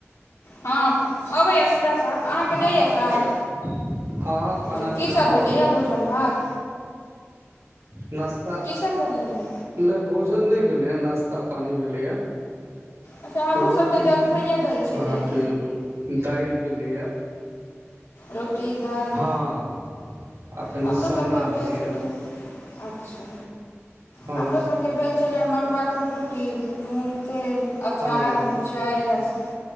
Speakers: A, on the left; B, on the right.
A: हँ अबैया पूरा साफ अहाँके
B: हँ
A: जाइया
B: हँ
A: साफ
B: आबि रहल हँ
A: अच्छा
B: खाना
A: कीसभ
B: पीना भऽ
A: भेलैए भोजन भात
B: नस्ता
A: की सब एलैए
B: नहि भोजन नहि भेलैएा नाश्ता पानी भेलैएा
A: अच्छा हमरो
B: रोटी
A: सभके जलखैए भेल छलैए
B: अहाँके दालि भेलैए
A: रोटी दालि
B: हँ आ कनि
A: हमरो
B: सन्ना
A: सबके भेल
B: भेलैए
A: छलै अच्छा
B: हँ
A: हमरो सबके भेल छलै मड़ुआके रोटी नून तेल अचार
B: हँ
A: मिरचाइ इएहसभ